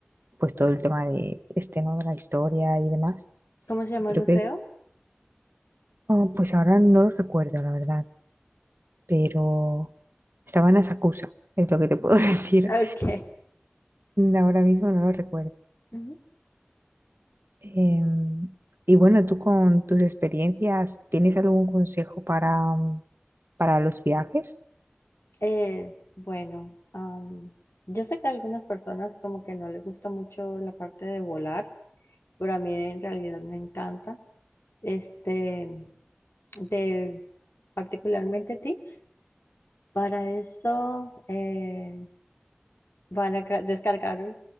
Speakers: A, on the right; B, on the left.
A: pues todo el tema de este, ¿no? de la historia y demás.
B: ¿cómo se llama
A: Creo
B: el museo?
A: que es, oh, pues ahora no lo recuerdo, la verdad. pero estaban a Sakusa, es lo que te puedo
B: Ujú.
A: <laughs> decir.
B: Ok.
A: Ahora mismo no lo recuerdo.
B: Ujú.
A: Em, y bueno, tú con tus experiencias, ¿tienes algún consejo para, para los viajes?
B: Eh, bueno, am, yo sé que a algunas personas como que no les gusta mucho la parte de volar, pero a mí en realidad me encanta. Este, de particularmente tips. Para eso eh, van a ca- descargar